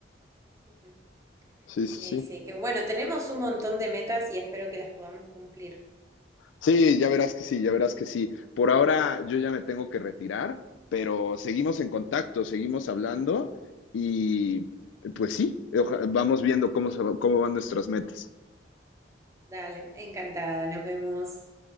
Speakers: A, on the right; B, on the left.
A: Ujú.
B: Sí,
A: Sí,
B: sí, sí.
A: sí, que bueno, tenemos un montón de metas y espero que las podamos cumplir.
B: Sí, ya verás que sí, ya verás que sí. Por ahora yo ya me tengo que retirar, pero seguimos en contacto, seguimos hablando y pues sí, oja- vamos viendo cómo, se- cómo van nuestras metas.
A: Dale, encantada, nos vemos.